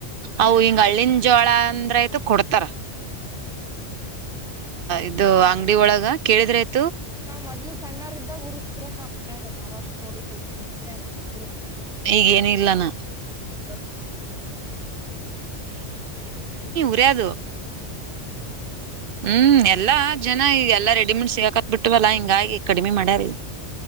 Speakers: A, on the right (about 55°); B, in the centre.
A: ಅವು ಹಿಂಗ ಹಳ್ಳನ್ ಜೋಳ ಅಂದ್ರ ಆಯ್ತು ಕೊಡ್ತಾರ
B: ಹ್ಮ್ ಹ್ಮ್
A: ಇದು ಅಂಗಡಿ ಒಳಗ ಕೇಳಿದ್ರೆತ
B: ನಾವ್ ಮೊದ್ಲು ಸಣ್ಣಾರ ಇದ್ದಾಗ ಉರಿತಿದ್ರಕ್ಕ ಮನ್ಯಾಗ ನವಾಗ ನೋಡಿದ್ದು ಅಂಚಿನನ್ ಕುರಿತಿದ್ರು
A: ಈಗೇನ ಇಲ್ಲಾನ
B: ಇವಾಗಿಲ್ಲ
A: ಒಬದು
B: ಹ್ಮ್
A: ಹ್ಮ್ ಎಲ್ಲಾ ಜನ ಈ ಎಲ್ಲಾ ರೆಡಿಮೇಂಡ ಸಿಗಕತ್ ಬಿಟ್ಟವಲ್ಲಾ ಹಿಂಗಾಗಿಿ ಕಡಿ್ಮೆ ಮಾಡ್ಯಾರಿ